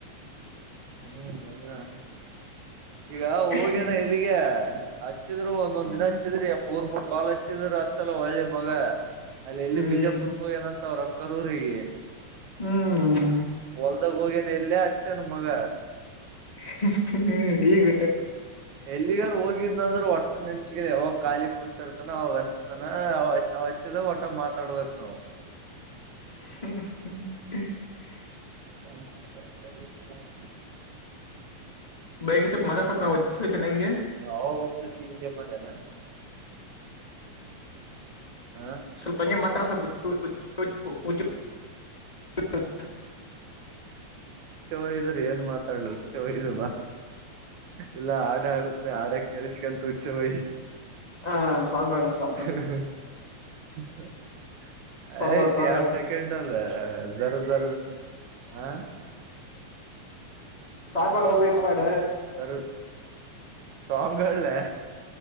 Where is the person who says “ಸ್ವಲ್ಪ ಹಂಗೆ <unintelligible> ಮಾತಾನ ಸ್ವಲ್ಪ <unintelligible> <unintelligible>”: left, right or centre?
Left